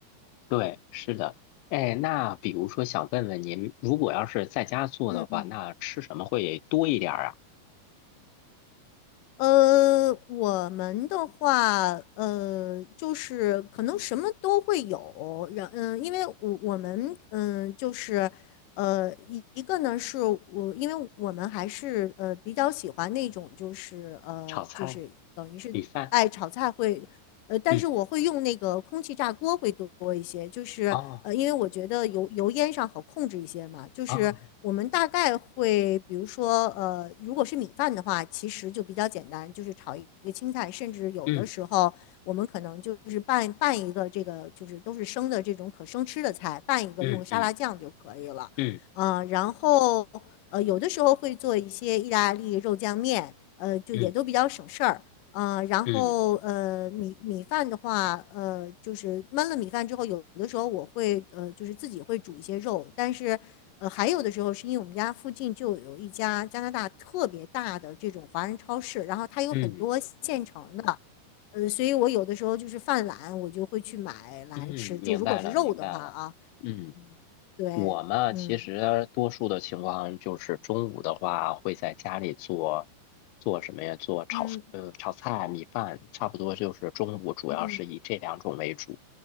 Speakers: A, on the left; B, on the left.
A: 对，是的。哎，那比如说想问问您，如果要是在家做的话，
B: 嗯嗯。
A: 那吃什么会多一点儿啊？
B: 呃，我们的话，呃，就是可能什么都会有，然嗯，因为我我们嗯，就是呃，一一个呢是我，因为我们还是呃比较喜欢那种就是呃就是等于是爱炒菜会，
A: 炒菜、米饭？
B: 呃，但是我会用那个空气炸锅会多多一些，
A: 嗯，
B: 就是呃，
A: 哦，
B: 因为我觉得油油烟上好控制一些嘛，就是我们大概会，
A: 哦。
B: 比如说，呃，如果是米饭的话，其实就比较简单，就是炒一个青菜，甚至有的时候我们可能就是拌拌一个这个，
A: 嗯。
B: 就是都是生的这种可生吃的菜，拌一个用沙拉酱就可以了，
A: 嗯嗯嗯
B: 啊，然后呃有的时候会做一些意大利肉酱面，呃，就也都比较省事儿。
A: 嗯
B: 呃，然后呃，
A: 嗯
B: 米米饭的话，呃，就是焖了米饭之后，有的时候我会呃，就是自己会煮一些肉，但是呃，还有的时候是因为我们家附近就有一家加拿大特别大的这种华人超市，然后它有很多现成的，
A: 嗯嗯，
B: 呃，所以我有的时候就是犯懒，我就会去买来吃。
A: 嗯明白了明白了。
B: 就如果是肉的话啊，
A: 嗯，
B: 嗯，对，
A: 我嘛，
B: 嗯
A: 其实多数的情况就是中午的话，会在家里做做什么呀？做炒呃炒菜、
B: 嗯
A: 米饭，差不多就是中午主要是以这两种为主。
B: 嗯，